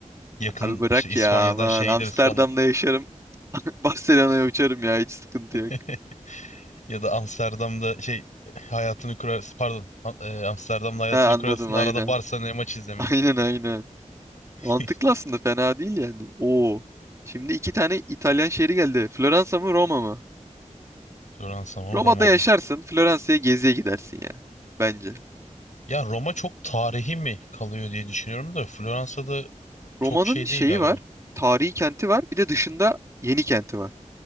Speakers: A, on the left; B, on the right.
A: Yakın
B: Abi bırak
A: işte İspanya'dan
B: ya aman.
A: şey
B: Amsterdam'da
A: gideriz falan.
B: yaşarım. <laughs> Barcelona'ya uçarım ya. Hiç sıkıntı
A: <laughs>
B: yok.
A: Ya da Amsterdam'da şey hayatını kurarsın. Pardon. Am- e, Amsterdam'da hayatını
B: Ha anladım
A: kurarsın. Arada
B: aynen.
A: Barcelona'ya maç izlemeye.
B: <laughs> Aynen aynen. Mantıklı
A: <laughs>
B: aslında fena değil yani. Oo. Şimdi iki tane İtalyan şehri geldi. Floransa mı Roma mı?
A: Floransa mı
B: Roma'da
A: Roma
B: yaşarsın,
A: mı?
B: Floransa'ya geziye gidersin ya. Bence.
A: Ya Roma çok tarihi mi kalıyor diye düşünüyorum da Floransa'da çok
B: Roma'nın
A: şey
B: şeyi
A: değil galiba.
B: var, tarihi kenti var, bir de dışında yeni kenti var.